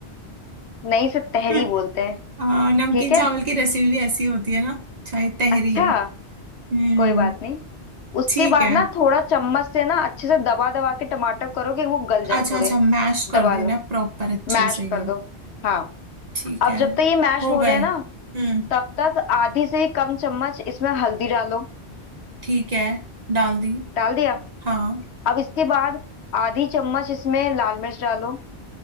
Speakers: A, on the left; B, on the right.
A: नहीं से तहरी
B: <laughs>
A: बोलते हैं
B: आ, नमकीन
A: ठीक है
B: चावल की रेसिपी भी ऐसी होती है ना अच्छा ये तहरी
A: अच्छा
B: है हम्म
A: कोई बात नहीं उसके
B: ठीक
A: बाद
B: है
A: ना थोड़ा चम्मच से ना अच्छे से दबा दबा के टमाटर करो कि वो गल जाए
B: अच्छा
A: थोड़े
B: अच्छा मैश
A: दबा
B: कर देना
A: लो
B: प्रॉपर अच्छे
A: मैश
B: से ये
A: कर दो हाँ
B: ठीक
A: अब
B: है
A: जब तक ये मैश
B: हो
A: हो
B: गए
A: रहे हैं
B: हम्म
A: ना तब तक आधी से भी कम चम्मच इसमें हल्दी डालो
B: ठीक है डाल दी
A: डाल दिया
B: हाँ
A: अब इसके बाद आधी चम्मच इसमें लाल मिर्च डालो